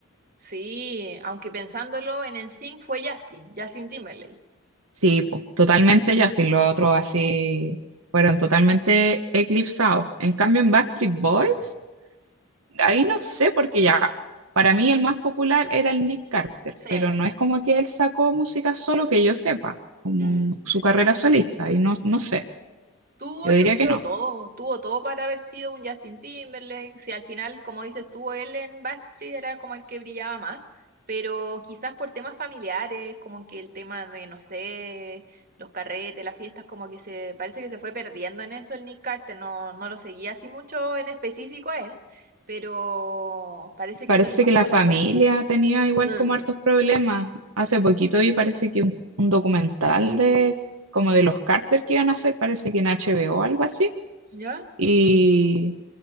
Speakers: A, on the right; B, on the right.
A: Sí, aunque pensándolo en NSYNC fue Justin, Justin Timberlake.
B: Sí, po, totalmente Justin, los otros así fueron totalmente eclipsados. En cambio en Backstreet Boys, ahí no sé, porque ya, para mí el más popular era el Nick Carter,
A: Sí.
B: pero no es como que él sacó música solo que yo sepa, como
A: Mm.
B: su carrera solista, y no, no sé,
A: Tuvo,
B: yo
A: yo
B: diría
A: creo,
B: que no.
A: todo. Tuvo todo para haber sido un Justin Timberlake. Si al final, como dices tú, él en Backstreet era como el que brillaba más. Pero quizás por temas familiares, como que el tema de, no sé, los carretes, las fiestas, como que se parece que se fue perdiendo en eso el Nick Carter. No, no lo seguía así mucho en específico a él, pero parece
B: Parece
A: que eso le pasó
B: que la familia
A: la cuenta.
B: tenía igual
A: Mm.
B: como hartos problemas. Hace poquito vi, parece que un, un documental de como de los Carter que iban a hacer, parece que en H HBO o o algo así.
A: ¿Ya?
B: Y,